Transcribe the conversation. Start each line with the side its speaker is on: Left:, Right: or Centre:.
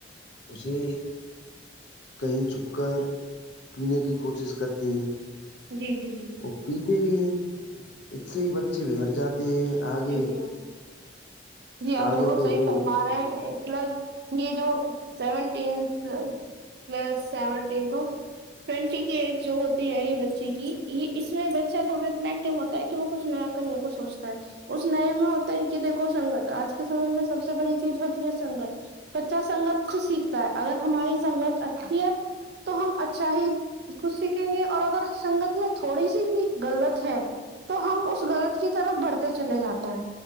Left: اسے کہیں چھپ کر پینے کی کوشش کرتی ہیں
Right: جی جی جی
Left: وہ پیتے بھی ہیں اس سے ہی بچے بگڑ جاتے ہیں آگے
Right: جی جی ہ جی ابالک
Left: آگے پھر
Right: صحیح
Left: وہ
Right: فرما رہے ہیں پلس یہ جو seventeen plus seventeen to twenty کی ایج جو ہوتی ہے یہ بچے کی یہ اس میں بچہ تھوڑا اتنا ایکٹو ہوتا ہے کہ وہ کچھ نیا کرنے کو سوچتا ہے اس نئے میں ہوتا ہے کہ دیکھو سنگت آج کے سمے میں سب سے بڑی چیز ہوتی ہے سنگت بچہ سنگت سے سیکھتا ہے اگر ہماری سنگت اچھی ہے تو ہم اچھا ہی کچھ سیکھیں گے اور اگر سنگت میں تھوڑی سی بھی غلط ہے تو ہم اس غلط کی طرف بڑھتے چلے جاتے ہیں